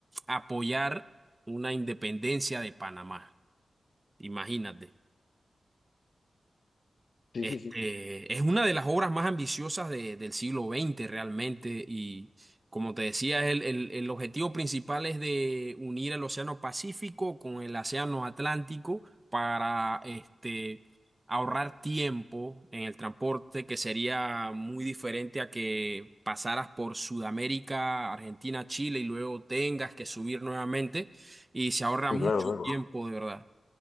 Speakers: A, on the right; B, on the left.
A: apoyar una independencia de Panamá. Imagínate.
B: sí,
A: Este,
B: sí, sí.
A: es una de las obras más ambiciosas de- del siglo XX realmente y como te decía, el, el- el objetivo principal es de unir el Océano Pacífico con el Océano Atlántico para este, ahorrar tiempo en el transporte que sería muy diferente a que pasaras por Sudamérica, Argentina, Chile y luego tengas que subir nuevamente y se ahorra
B: Sí,
A: mucho
B: claro, claro.
A: tiempo de verdad.